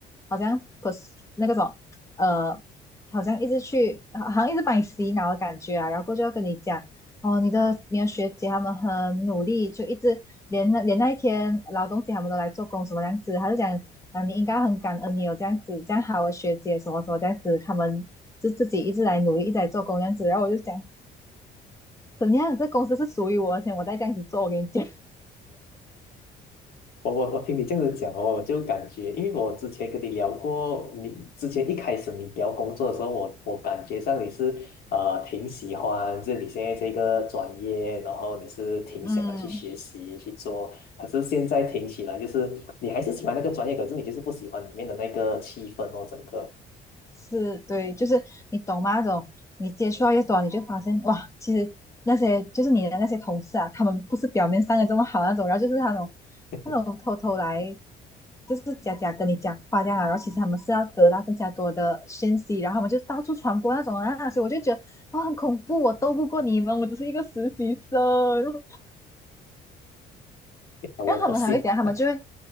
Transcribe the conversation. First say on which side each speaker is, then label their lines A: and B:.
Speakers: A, on the left; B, on the left.
A: 好像不是那个什么呃，好像一直去好像一直把你洗脑的感觉啊，然后过后就要跟你讲哦，你的你的学姐他们很努力，就一直连那连那一天劳动节他们都来做工什么样子，他就讲啊你应该很感恩你有这样子这样好的学姐什么什么这样子，他们就自己一直来努力一直来做工这样子，然后我就想怎样这公司是属于我的钱，而且我再这样子做，我跟你讲。
B: 我我我听你这样子讲哦，我就感觉，因为我之前跟你聊过，你之前一开始你聊工作的时候，我我感觉上你是呃挺喜欢，就是你现在这个专业，然后你是挺想要去学习去做，
A: <laughs> 嗯，
B: 可是现在听起来就是你还是喜欢那个专业，可是你就是不喜欢里面的那个气氛哦，整个。
A: 是对，就是你懂吗？那种你接触到越多，你就发现哇，其实那些就是你的那些同事啊，他们不是表面上的这么好那种，然后就是那种
B: <laughs>
A: 那种偷偷来，就是假假跟你讲话这样啊，然后其实他们是要得到更加多的信息，然后他们就到处传播那种啊，所以我就觉得啊、很恐怖，我斗不过你们，我只是一个实习生。<laughs>
B: 我我是，
A: 然后他们还会讲，他们就会
B: 嗯